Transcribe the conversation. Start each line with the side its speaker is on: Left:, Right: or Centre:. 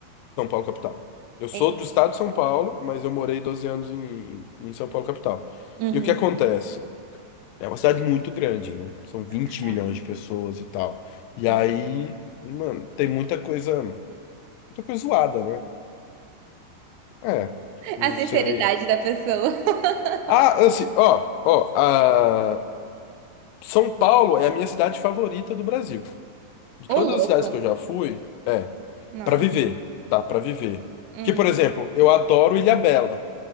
Left: São Paulo, capital. Eu sou
Right: É.
Left: do estado de São Paulo, mas eu morei 12 anos em, em São Paulo, capital.
Right: Uhum.
Left: E o que acontece? É uma cidade muito grande, né? São 20
Right: Caraca.
Left: milhões
Right: <laughs>
Left: de pessoas e tal. E
Right: Hum.
Left: aí, mano, tem muita coisa, muita coisa zoada, né? É, é, não
Right: A sinceridade
Left: sei.
Right: da pessoa. <laughs>
Left: Ah, assim, ó, ó, a- São Paulo é a minha cidade favorita do Brasil. De
Right: Ô,
Left: todas
Right: louco.
Left: as cidades que eu já fui, é.
Right: Não.
Left: para viver, tá? Para viver.
Right: Hum.
Left: Que, por exemplo, eu adoro Ilhabela,